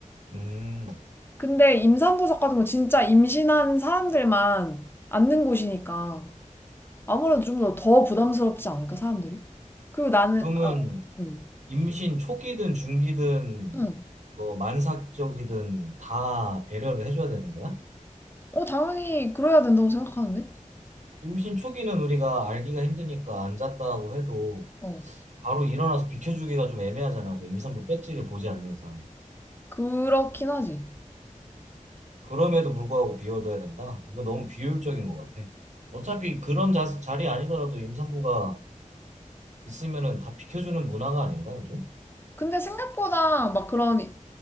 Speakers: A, on the right; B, on the left.
A: 음.
B: 근데 임산부석 같은 거 진짜 임신한 사람들만 앉는 곳이니까 아무래도 좀 더 더 부담스럽지 않을까, 사람들이? 그리고 나는,
A: 그러면
B: 아, 응,
A: 임신 초기든 중기든
B: 응.
A: 뭐 만삭적이든 다 배려를 해줘야 되는 거야?
B: 어, 당연히 그래야 된다고 생각하는데?
A: 임신 초기는 우리가 알기가 힘드니까 앉았다고 해도
B: 어,
A: 바로 일어나서 비켜주기가 좀 애매하잖아. 그 임산부 배지를 보지 않는 이상.
B: 그렇긴 하지.
A: 그럼에도 불구하고 비워둬야 된다? 이거 너무 비효율적인 것 같아. 어차피 그런 자, 자리 아니더라도 임산부가 있으면은 다 비켜주는 문화가 아닌가, 요즘?
B: 근데 생각보다 막 그런